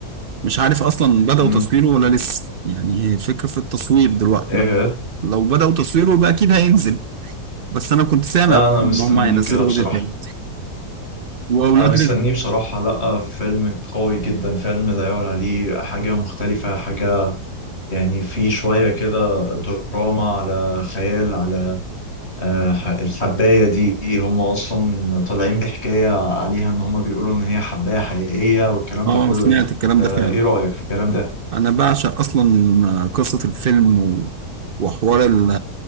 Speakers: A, on the right; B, on the left.
A: مش عارف اصلا بدأوا
B: مم.
A: تصويره ولا لسه يعني هي فكرة في التصوير دلوقتي
B: ايه
A: لو
B: إيه.
A: لو بدأوا تصويره يبقى اكيد هينزل بس انا كنت سامع
B: لا انا
A: ان
B: مستنيه
A: هم هينزلوا
B: كده بصراحة
A: جزء تالت واولاد
B: انا مستنيه
A: رزق
B: بصراحة لا فيلم قوي جدا فيلم لا يعلى عليه حاجة مختلفة حاجة يعني في شوية كده دراما على خيال على آه، ح- الحباية دي هم أصلا طالعين بحكاية عليها إن هم بيقولوا إن هي حباية حقيقية والكلام ده
A: اه
B: كله
A: سمعت
B: أنت
A: الكلام
B: آه،
A: ده فعلا
B: إيه رأيك في الكلام ده؟
A: انا بعشق اصلا قصة الفيلم و... وحوار ال-